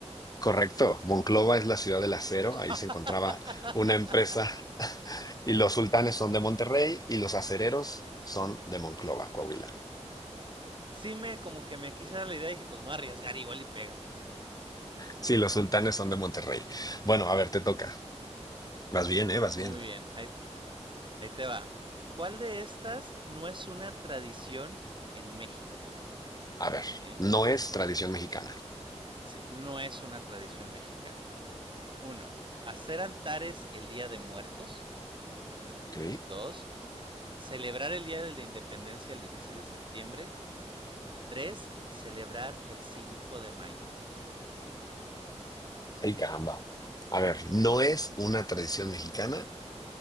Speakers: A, on the left (about 35°); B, on the right (about 45°).
A: Correcto, Monclova es la ciudad del acero,
B: <laughs>
A: ahí se encontraba una empresa y los sultanes son de Monterrey y los acereros son de Monclova, Coahuila.
B: Sí me, como que me quise dar la idea y dije, pues me voy a arriesgar igual y pega.
A: Sí, los sultanes son de Monterrey. Bueno, a ver, te toca. Vas bien, ¿eh? Vas
B: Muy
A: bien.
B: bien, ahí, Ahí te va. ¿Cuál de estas no es una tradición en México?
A: A ver,
B: ¿Sí?
A: no es tradición mexicana.
B: Sí, no es una tradición mexicana. Uno, hacer altares el Día de Muertos.
A: Ok.
B: Dos, celebrar el Día de la Independencia el 16 de septiembre. Tres, celebrar el 5 de mayo.
A: Ay, caramba. A ver, no es una tradición mexicana.